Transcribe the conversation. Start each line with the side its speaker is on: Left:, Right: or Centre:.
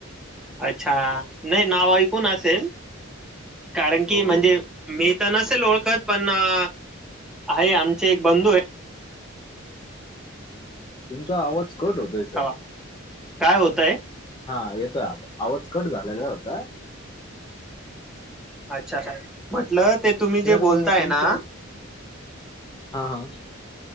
Centre: अच्छा नाही नाव ऐकून असेल कारण
Left: हो
Centre: की म्हणजे
Left: हो
Centre: मी त्याना असेल ओळखत पण आहे आमचे एक बंधू आहे.
Left: तुमचा आवाज कट होतोय
Centre: आहे
Left: सर.
Centre: काय होतय.
Left: हा येतोय आता आवाज कट झालेला होता.
Centre: अच्छा अच्छा म्हटल. ते तुम्ही
Left: तर
Centre: जे बोलताय
Left: तुमचं
Centre: ना.
Left: हा हा